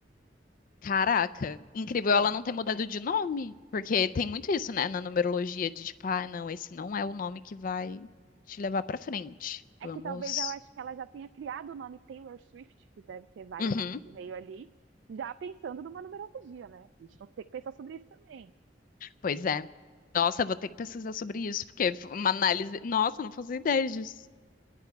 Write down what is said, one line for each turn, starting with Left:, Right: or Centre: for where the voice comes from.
Left: Caraca, incrível
Right: É.
Left: ela não ter mudado de nome, porque tem muito isso, né, na numerologia de tipo, ah, não, esse não é o nome que vai te levar pra frente.
Right: É
Left: Vamos.
Right: que talvez eu acho que ela já tenha criado o nome Taylor Swift, que deve ter vários
Left: Uhum.
Right: nomes no meio ali, já pensando numa numerologia, né? A gente não tem que pensar sobre isso também.
Left: Pois é. Nossa, eu vou ter que pesquisar sobre isso, porque é uma análise. Nossa, não fazia ideia disso. <laughs>